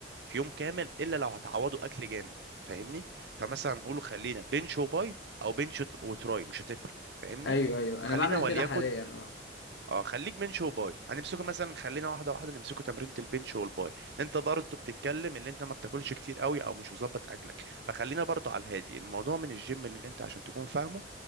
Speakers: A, on the right; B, on the left.
A: في يوم كامل الا لو هتعوضه اكل جامد فاهمني فمثلا نقوله خلينا بنش وباي او بنش وت- وتراي مش هتفرق فاهمني
B: ايوه ايوه
A: وخلينا
B: انا بعمل
A: وليكن
B: كده حاليا اه
A: اه خليك بنش وباي هنمسكه مثلا خلينا واحده واحده نمسكه تمرينة البنش والباي انت برضه بتتكلم اللي انت ما بتاكلش كتير قوي او مش مظبط اكلك فخلينا برضه على الهادي الموضوع من الجيم اللي انت عشان تكون فاهمه